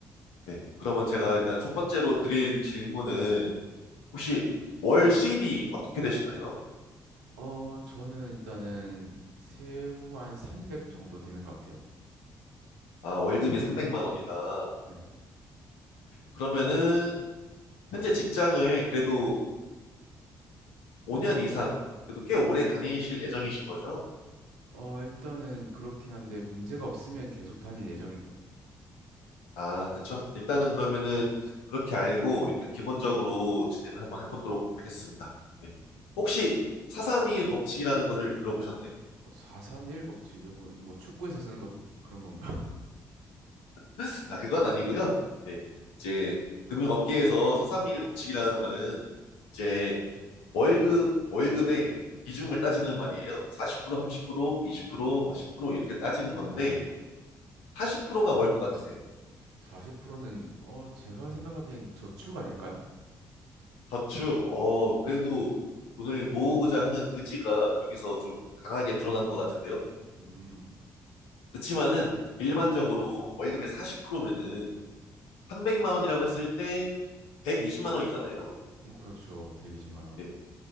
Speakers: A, on the left; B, on the right.
A: 네. 그러면 제가 일단 첫 번째로 드릴 질문은 혹시 월 수입이 어떻게 되시나요?
B: 어, 저는 일단은 세후 한 300 정도 되는 것 같아요.
A: 아, 월급이 삼백만 원이다.
B: 네.
A: 그러면은 현재 직장을 그래도 5년 이상, 그래도 꽤 오래 다니실 예정이신 거죠?
B: 어, 일단은 그렇긴 한데 문제가 없으면 계속 다닐 예정일 것
A: 아, 그쵸. 일단은 그러면은 그렇게 알고 일단 기본적으로 진행을 한번 해보도록 하겠습니다. 네. 혹시 431 법칙이라는 것을 들어보셨나요?
B: 431 법칙 이거 뭐, 뭐 축구에서 쓰는 것 그런 건가?
A: <laughs> 아, 그건 아니고요. 네. 이제 금융업계에서 431 법칙이라는 말은 이제 월급, 월급의 비중을 따지는 말이에요. 40%, 30%, 20%, 뭐10% 이렇게
B: <laughs>
A: 따지는
B: 어,
A: 건데 40%가 뭘 것 같으세요?
B: 40%는 어 제가 생각하기엔 저축 아닐까요?
A: 저축, 어, 그래도 돈을 모으고자 하는 의지가 여기서 좀 강하게 드러나는 것 같은데요.
B: 음,
A: 그치만은 일반적으로 월급의 40%면은 300만 원이라고 했을 때 120만 원이잖아요.
B: 어, 그렇죠. 120만 원.
A: 네.